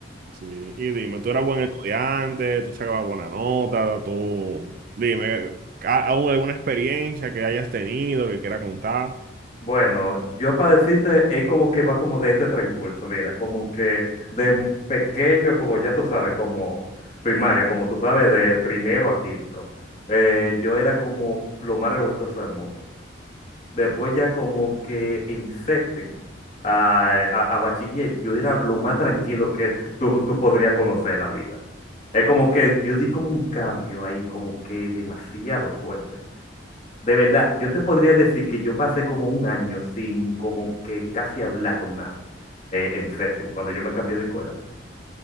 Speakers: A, on the right (about 45°); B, on the left (about 35°).
A: Sí, y dime, tú eras buen estudiante, tú sacabas buena nota, tú, dime, ¿ha- ¿hubo alguna experiencia que hayas tenido que quieras contar?
B: Bueno, yo para decirte, es como que va como de este transcurso, mira, como que de pequeño, como ya tú sabes, como primaria, como tú sabes, de primero a quinto, eh, yo era como lo más revoltoso del mundo. Después ya como que en séptimo a, a- a bachiller, yo era lo más tranquilo que tú, tú podrías conocer en la vida. Es como que yo di como un cambio ahí, como que demasiado fuerte. De verdad, yo te podría decir que yo pasé como un año sin como que casi hablar con nadie eh, en séptimo, cuando yo me cambié de escuela. <laughs>